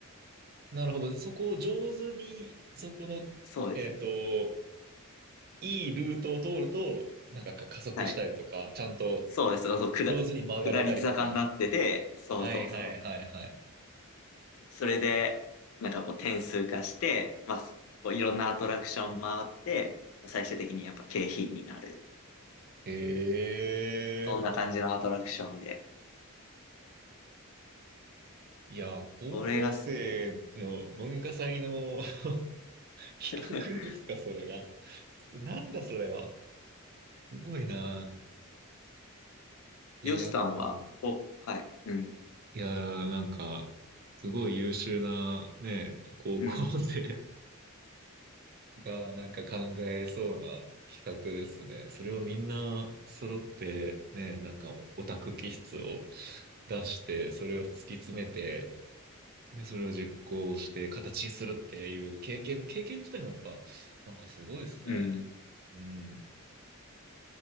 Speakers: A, on the right (about 45°); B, on the left (about 65°).
A: なるほど。でそこを上手に、そこの、
B: そうです。
A: えっと、いいルートを通ると、なんか、か加速したりとか、
B: はい。
A: ちゃんと
B: そうです。そう、下、
A: 上手に曲がれたりとか。
B: 下り坂になってて、そうそうそう。
A: はいはいはいはい。
B: それで、なんかこう点数化して、まあ、こういろんなアトラクション回って、最終的にやっぱ景品になる。
A: ええ
B: そんな感じのアトラクションで。
A: いや、高校生の文化祭の
B: それがす、
A: <laughs>
B: <laughs>
A: 企画ですか、それが。なんだそれは。すごいな。いや、
B: ヨシさんは、
A: やっぱ、
B: お、はい、うん、
A: いや、なんか、すごい優秀なね、高校生
B: うん、
A: <laughs> がなんか考えそうな企画ですね。それをみんな揃ってね、なんかオタク気質を出して、それを突き詰めて、で、それを実行して形にするっていう経験、経験自体もやっぱ、なんかすごいですね。
B: うん。
A: うん。